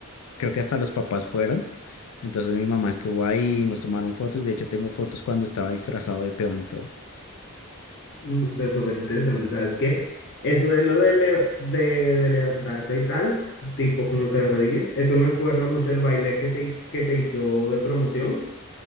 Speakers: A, on the left; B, on the left.
A: creo que hasta los papás fueron. Entonces mi mamá estuvo ahí, nos tomaron fotos, de hecho tengo fotos cuando estaba disfrazado de peón y todo.
B: Mm, está súper interesante, ¿sabes qué? Eso de lo de, le- de, de levantarse y tal, tipo como que de rodillas, eso me acuerda mucho el baile que se, hiz- que se hizo de promoción.